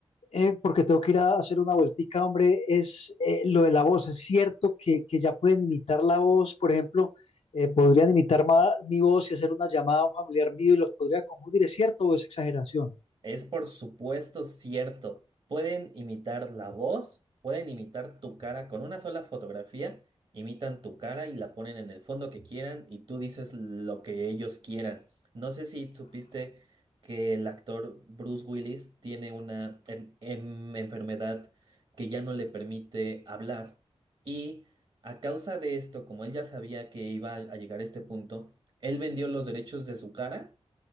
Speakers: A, on the left; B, on the right.
A: eh, porque tengo que ir a hacer una vueltica, hombre, es eh, lo de la voz, ¿es cierto que, que ya pueden imitar la voz, por ejemplo, eh, podrían imitar ma- mi voz y hacer una llamada a un familiar mío y los podría confundir, ¿es cierto o es exageración?
B: Es por supuesto cierto. Pueden imitar la voz, pueden imitar tu cara. Con una sola fotografía, imitan tu cara y la ponen en el fondo que quieran y tú dices lo que ellos quieran. No sé si supiste que el actor Bruce Willis tiene una em- em- enfermedad que ya no le permite hablar. Y a causa de esto, como él ya sabía que iba a a llegar a este punto, él vendió los derechos de su cara